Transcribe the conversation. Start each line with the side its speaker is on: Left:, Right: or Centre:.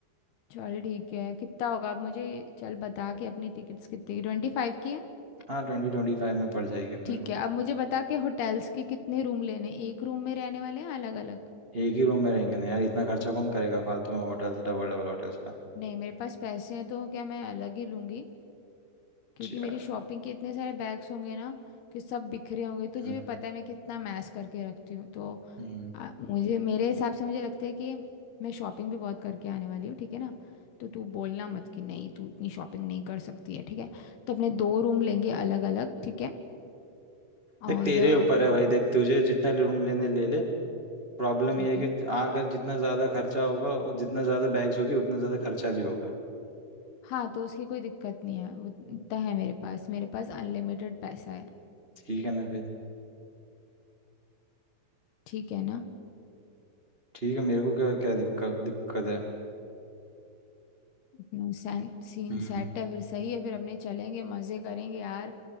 Left: चल ठीक है कितना होगा अब मुझे चल बता के अपनी टिकट्स कितनी की ट्वेंटी फाइव की है
Right: हाँ ट्वेंटी ट्वेंटी फाइव में पड़ जाएगी अपने
Left: ठीक
Right: को
Left: है अब मुझे बता के होटल्स के कितने रूम लेने एक रूम में रहने वाले हैं अलग अलग
Right: एक ही रूम में रहेंगे ना यार इतना खर्चा कौन करेगा फालतू में होटल्स डबल डबल होटल्स का
Left: नहीं मेरे पास पैसे हैं तो क्या मैं अलग ही लूँगी क्योंकि
Right: अच्छा
Left: मेरी शॉपिंग के इतने सारे बैग्स होंगे ना कि सब बिखरे होंगे तुझे
Right: हम्म
Left: भी पता है मैं कितना मैस करके रखती हूँ तो
Right: हम्म।
Left: आ, मुझे मेरे हिसाब से मुझे लगता है कि मैं शॉपिंग भी बहुत करके आने वाली हूँ ठीक है ना तो तू बोलना मत कि नहीं तू इतनी शॉपिंग नहीं कर सकती है ठीक है तो अपने दो रूम लेंगे अलग अलग ठीक है
Right: देख
Left: और
Right: तेरे
Left: अ,
Right: ऊपर है भाई देख तुझे जितना रूम लेने ले ले प्रॉब्लम
Left: ठीक
Right: ये है
Left: है
Right: कि अगर जितना ज़्यादा खर्चा होगा और जितना ज़्यादा बैग्स होगी उतना ज़्यादा खर्चा भी होगा
Left: हाँ तो उसकी कोई दिक्कत नहीं है वो इतना
Right: हम्म,
Left: है मेरे पास मेरे पास अनलिमिटेड पैसा है
Right: ठीक है ना फिर
Left: ठीक है ना
Right: ठीक है मेरे को क्या क्या दिक्कत दिक्कत है
Left: अपना सैन सीन
Right: हम्म,
Left: सेट है फिर सही है फिर अपने चलेंगे मज़े करेंगे यार